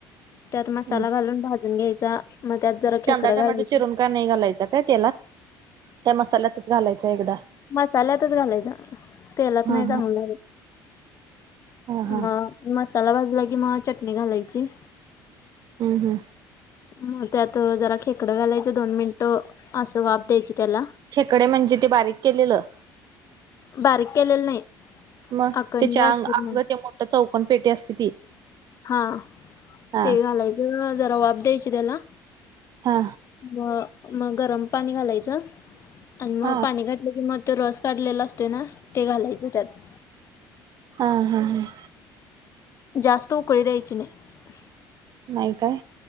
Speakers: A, on the left; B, on the right.
A: त्यात
B: हम्म
A: मसाला घालून भाजून घ्यायचा मग त्यात. जरा खेकडं
B: कांदा टमॅटो
A: घालायची
B: चिरून का नाही घालायचा काय तेलात त्या मसाल्यातच घालायच एकदा.
A: मसाल्यातच घालायचं तेलात
B: हा
A: नाही चांगू
B: हा
A: ला.
B: हा हा
A: मग मसाला भाजला की मग चटणी घालायची.
B: हम् हम्.
A: मग त्यात जरा खेकडं घालायचं दोन मिनिटं असं वाप द्यायची त्याला.
B: शेकडे म्हणजे ते बारीक केलेलं.
A: बारीक केलेलं नाही
B: मग
A: अखंड
B: त्याच्या
A: असतात
B: अ अंग
A: ना
B: ते मोठ. चौकनपेटी असती ती.
A: हा
B: हा
A: ते घालायचं जरा वाब द्यायची त्याला.
B: हा.
A: म मग गरम पाणी घालायचं आणि मग
B: हा
A: पाणी
B: हा
A: घातलं की मग तर रस काढलेला असते ना ते घालायचं त्यात
B: हा हा हा
A: जास्त उकळी दयची नाही
B: नाही काय